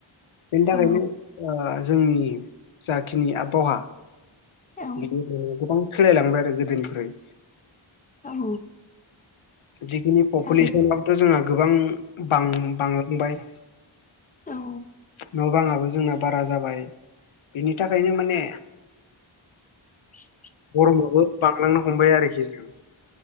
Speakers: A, on the left (about 80°); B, on the left (about 15°).
A: बेनि थाखायनो
B: औ
A: ओ जोंनि जाखिनि आबहावा
B: औ
A: बिदिनो गोबां सोलायलांबाय आरो गोदोनिफ्राय।
B: औ
A: जिखिनि पपुलेसनाबोथ'
B: बे
A: जोंहा गोबां बां-बांलांबाय।
B: औ
A: न' बाङाबो जोंना बारा जाबाय बिनि थाखायनो माने
B: ब
A: गरमाबो बांलांनो हमबाय आरोखि जों